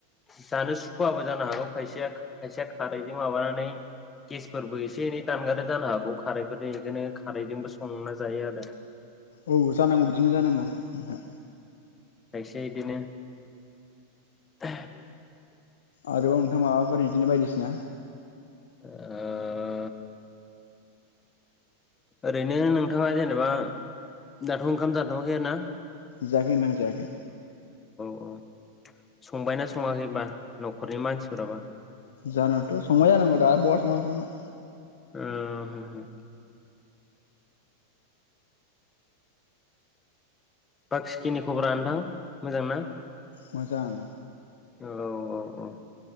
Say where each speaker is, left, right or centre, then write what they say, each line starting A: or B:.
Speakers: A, on the left; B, on the left.
A: जानो सुखुवाबो जानो हागौ खायसेया खायसेया खारैजों माबानानै गेसफोरबो एसे एनै दानगारो जानो हागौ खारैफोरजों दिनो खारैजोंबो संना जायो आरो
B: औ जानांगौ बिदिनो जानांगौ नोंथां
A: दे इदिनो <unintelligible>
B: आरोबाव नोंथां माबाफोर इदिनो बायदिसिना
A: ओ ओरैनो नोंथाङा जेनेबा दाथ' ओंखाम जाथ'वाखै ना
B: जायाखै नोंथां जायाखै
A: अ संबायना सङाखैबा नखरनि मानसिफोराबा
B: जानोथ' संबाय जानागौ दा बहा सङाजानो
A: ओ हो हो बाखिखिनि खबरा नोंथां मोजां ना
B: मोजां
A: औ औ औ